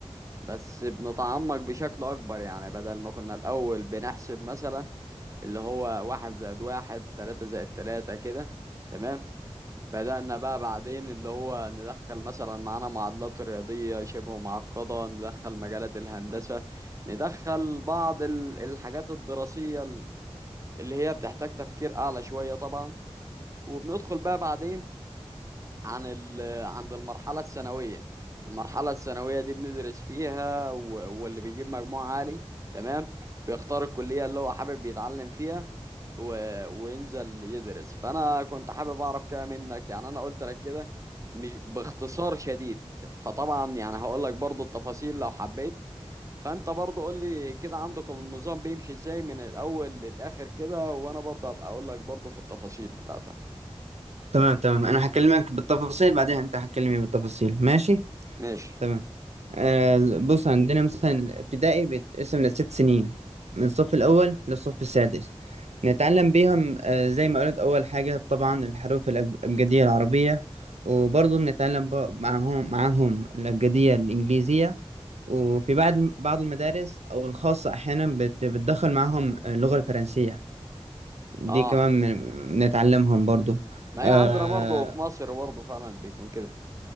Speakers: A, on the right; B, on the right.
A: بس بنتعمق بشكل أكبر يعني بدل ما كنا الأول بنحسب مثلا اللي هو واحد زائد واحد تلاتة زائد تلاتة كده تمام بدأنا بقى بعدين اللي هو ندخل مثلا معانا معادلات رياضية شبه معقدة ندخل مجالات الهندسة ندخل بعض ال- الحاجات الدراسية ال- اللي هي بتحتاج تفكير أعلى شوية طبعا وبندخل بقى بعدين عن ال عند المرحلة الثانوية المرحلة الثانوية دي بندرس فيها و- واللي بيجيب مجموع عالي تمام بيختار الكلية اللي هو حابب يتعلم فيها و... وينزل يدرس فأنا كنت حابب أعرف كده منك يعني أنا قلت لك كده مش- باختصار شديد فطبعا يعني هقول لك برضو التفاصيل لو حبيت فأنت برضو قول لي كده عندكم النظام بيمشي إزاي من الأول للآخر كده وأنا برضو هبقى أقول لك برضو في التفاصيل بتاعتها
B: تمام تمام انا هكلمك بالتفاصيل بعدين انت هتكلمني بالتفاصيل ماشي
A: ماشي
B: تمام آه بص عندنا مثلا ابتدائي بيتقسم لست سنين من الصف الاول للصف السادس نتعلم بيهم آه زي ما قلت اول حاجه طبعا الحروف الأب- الابجديه العربيه وبرضه بنتعلم ب- معاهم معاهم الابجديه الانجليزيه وفي بعض بعض المدارس او الخاصه احيانا بت- بتدخل معاهم اللغه الفرنسيه دي
A: اه
B: كمان بن- بنتعلمهم برضه
A: ما
B: آه،
A: هي عندنا برضه في مصر برضه فعلا بيكون كده